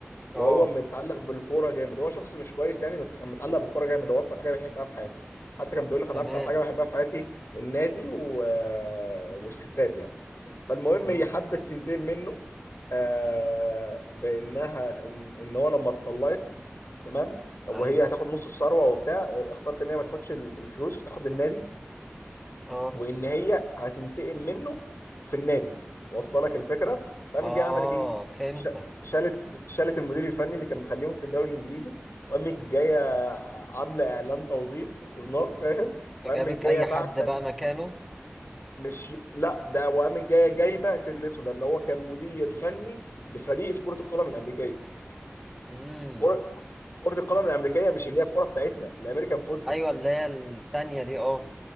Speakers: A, in the centre; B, on the left.
A: اه
B: وهو متعلق بالكوره جامد هو شخص مش كويس يعني بس كان متعلق بالكوره جامد هو اكتر حاجه بيحبها في حياته حتى كان بيقول لك
A: تمام
B: انا اكتر حاجه بحبها في حياتي النادي و... والستات يعني فالمهم
A: امم
B: هي حبت تنتقم منه آه، بانها ان إن هو لما اتطلقت تمام وهي
A: ايوه
B: هتاخد نص الثروه وبتاع اختارت ان هي ما تاخدش ال- الفلوس وتاخد النادي
A: اه
B: وان هي هتنتقم منه في النادي واصله لك الفكره فقامت
A: اه
B: جايه عملت ايه
A: فهمتك
B: ش- شالت شالت المدير الفني اللي كان مخليهم في الدوري الانجليزي وقامت جايه عامله اعلان توظيف في الجورنال فاهم وقامت
A: فجابت
B: جايه
A: اي
B: بعت
A: حد بقى مكانه
B: مش لا ده وقامت جايه جايبه تيد الاسود اللي هو كان مدير فني لفريق في كره القدم الامريكيه
A: امم
B: كره كرة القدم الامريكيه مش اللي هي الكره بتاعتنا الامريكان فوتبول
A: ايوه اللي هي الثانيه دي اه